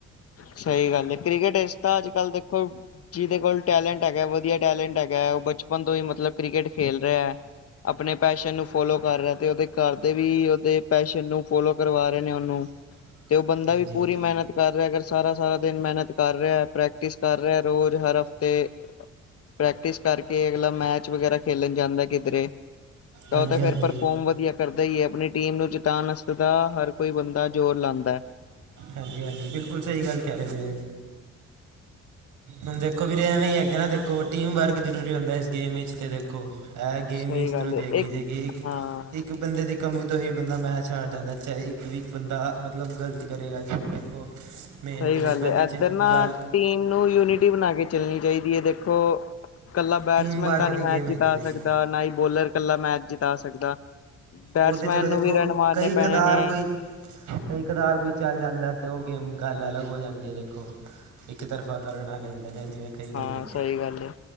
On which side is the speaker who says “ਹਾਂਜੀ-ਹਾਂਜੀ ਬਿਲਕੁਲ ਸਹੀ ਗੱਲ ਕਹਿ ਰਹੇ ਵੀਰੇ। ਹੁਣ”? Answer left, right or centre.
Right